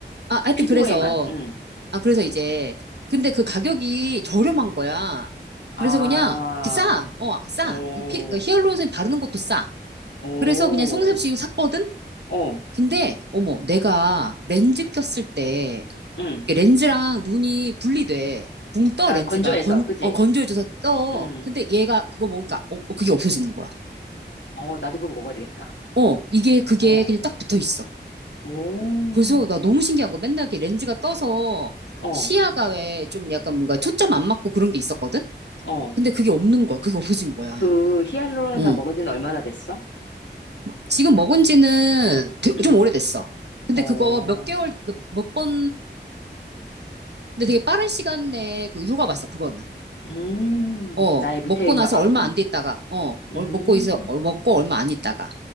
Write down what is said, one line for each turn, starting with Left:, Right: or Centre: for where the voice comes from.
Right: 아, 하여튼
Left: 피부에만,
Right: 그래서,
Left: 응.
Right: 아, 그래서 이제, 근데 그 가격이 저렴한 거야.
Left: 아,
Right: 그래서 그냥, 싸, 어, 싸.
Left: 오,
Right: 그 피, 그 히알루론산 바르는 것도 싸.
Left: 오,
Right: 그래서 그냥 송샘씨 샀거든?
Left: 어,
Right: 근데, 어머, 내가 렌즈 꼈을 때,
Left: 응.
Right: 이게 렌즈랑 눈이 분리돼. 붕 떠,
Left: 그러니까
Right: 렌즈가.
Left: 건조해서,
Right: 건,
Left: 그지?
Right: 어, 건조해져서 떠.
Left: 응.
Right: 근데 얘가 그거 먹으니까, 어, 어, 그게 없어지는 거야.
Left: 어, 나도 그거 먹어야 되겠다.
Right: 어, 이게, 그게
Left: 어,
Right: 그냥 딱 붙어 있어.
Left: 오,
Right: 그래서 나 너무 신기한 거. 맨날 이렇게 렌즈가 떠서
Left: 어,
Right: 시야가 왜 좀 약간 뭔가 초점 안 맞고 그런 게 있었거든?
Left: 어.
Right: 근데 그게 없는 거야. 그게 없어진 거야.
Left: 그 히알루론산
Right: 어.
Left: 먹은 지는 얼마나 됐어?
Right: 뭐, 지금 먹은 지는 되-
Left: 응,
Right: 좀 오래됐어. 근데
Left: 어,
Right: 그거 몇 개월, 그 몇 번, 근데 되게 빠른 시간 내에 그 효과 봤어, 그거는.
Left: 음,
Right: 어,
Left: 나의 루테인과
Right: 먹고 나서
Left: 같군.
Right: 얼마 안 됐다가 어, 얼-
Left: 음,
Right: 먹고 있어, 어, 먹고 얼마 안 있다가.